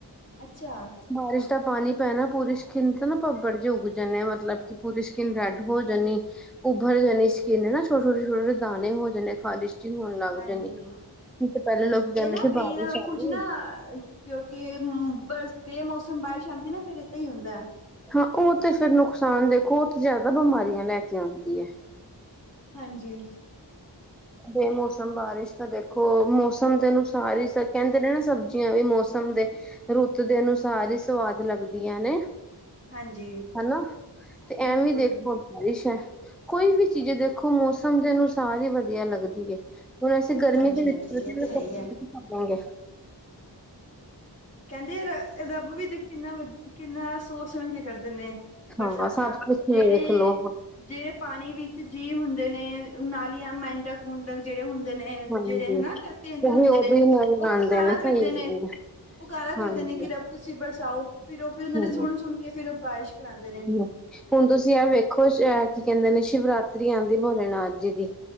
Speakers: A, on the left; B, in the centre.
A: ਅੱਛਾ
B: ਬਾਰਿਸ਼ ਦਾ ਪਾਣੀ ਪੈਣਾ ਪੂਰੀ ਸਕਿੰਨ ਤਾਂ ਨਾ ਪੱਬੜ ਜਿਹੇ ਉੱਗ ਜਾਣੇ ਮਤਲਬ ਕਿ ਪੂਰੀ ਸਕਿੰਨ ਰੈੱਡ ਹੋ ਜਾਂਦੀ ਉੱਭਰ ਜਾਣੀ ਸਕਿਨ ਨਾ ਛੋਟੇ, ਛੋਟੇ, ਛੋਟੇ ਦਾਣੇ ਹੋ ਜਾਣੇ ਖ਼ਾਰਿਸ਼ ਇਚਿੰਗ ਹੋਣ ਲੱਗ
A: ਹਾਂਜੀ
B: ਜਾਣੀ ਕਿ ਪਹਿਲੇ ਲੋਕ ਕਹਿੰਦੇ
A: ਇਹ ਨਾ
B: ਸੀ ਬਾਰਿਸ਼
A: ਕਈ ਨਾ
B: ਆ
A: ਕੁੱਝ
B: ਰਹੀ
A: ਨਾ
B: ਐ
A: ਕਿਉਂਕਿ ਬੇਮੌਸਮ ਬਾਰਿਸ਼ ਆਂਦੀ ਨਾ ਫੇਰ ਏਦਾਂ ਹੀ ਹੁੰਦਾ
B: ਹਾਂ ਉਹ ਤੇ ਫਿਰ ਨੁਕਸਾਨ ਦੇਖੋ ਉਹ ਤੇ ਜ਼ਿਆਦਾ ਬਿਮਾਰੀਆਂ ਲੈ ਕੇ ਆਂਦੀ ਐ।
A: ਹਾਂਜੀ
B: ਬੇਮੋਸਮ ਬਾਰਿਸ਼ ਤਾਂ ਦੇਖੋ ਮੌਸਮ ਦੇ ਅਨੁਸਾਰ ਹੀ ਫਿਰ ਕਹਿੰਦੇ ਨੇ ਨਾ ਸਬਜ਼ੀਆਂ ਵੀ ਮੌਸਮ ਦੇ ਰੁੱਤ ਦੇ ਅਨੁਸਾਰ ਹੀ ਸਵਾਦ ਲੱਗਦੀਆਂ ਨੇ।
A: ਹਾਂਜੀ
B: ਹਨਾ ਤੇ
A: ਬਿਲਕੁਲ
B: ਐਵੇਂ ਦੇਖੋ। ਬਾਰਿਸ਼ ਐ ਕੋਈ ਵੀ ਚੀਜ਼ ਦੇਖੋ ਮੌਸਮ ਦੇ ਅਨੁਸਾਰ ਹੀ ਵਧੀਆ। ਵਧੀਆ ਲੱਗਦੀ ਹੁਣ ਅਸੀਂ ਗਰਮੀ
A: ਹਾਂਜੀ
B: ਦੇ
A: ਹਾਂਜੀ
B: ਵਿੱਚ ਕੱਪੜੇ
A: ਇਹ ਤੇ ਹੈ ਹੀ ਹੈ।
B: ਪਾ ਲਾਂਗੇ
A: ਕਹਿੰਦੇ ਰ ਰੱਬ ਵੀ ਕਿੰਨਾ ਕਿੰਨਾ ਸੋਚ ਸਮਝ ਕੇ ਕਰ ਦੇ ਨੇ ਬਰਸਾਤਾਂ
B: ਹਾਂ ਸਭ ਕੁਛ
A: ਜਿਹੜੇ
B: ਵੇਖ ਲੋ
A: ਜਿਹੜੇ ਪਾਣੀ ਵਿੱਚ ਜੀਅ ਹੁੰਦੇ ਨੇ ਨਾਲੀਆਂ ਮੈਂਡਕ ਮੁੰਡਕ ਜਿਹੜੇ ਹੁੰਦੇ ਨੇ
B: ਹਾਂਜੀ
A: ਜਿਹੜੇ ਹਨਾ ਧਰਤੀ ਅੰਦਰ
B: ਉਹੀ
A: ਹੁੰਦੇ
B: ਉਦੋਂ
A: ਨੇ
B: ਹੀ ਨਜ਼ਰ
A: ਉਹ
B: ਆਉਂਦੇ
A: ਪੁਕਾਰਾ
B: ਨੇ
A: ਕਰਦੇ
B: ਸਹੀ
A: ਨੇ
B: ਗੱਲ ਹੈ
A: ਪੁਕਾਰਾ ਕਰਦੇ
B: ਹਾਂਜੀ
A: ਨੇ ਕਿ ਰੱਬ ਤੁਸੀਂ ਬਰਸਾਓ ਫਿਰ ਉਹ ਫਿਰ ਉਹਨਾਂ
B: ਹਮ
A: ਨੇ ਸੁਣ ਸੁਣ ਕੇ ਫਿਰ ਉਹ ਬਾਰਿਸ਼ ਕਰਾਂਦੇ ਨੇ।
B: <inaudible> ਹੁਣ ਤੁਸੀਂ ਆ ਵੇਖੋ ਅ ਕੀ ਕਹਿੰਦੇ ਨੇ ਸ਼ਿਵਰਾਤਰੀ ਆਂਦੀ ਭੋਲੇਨਾਥ ਜੀ ਦੀ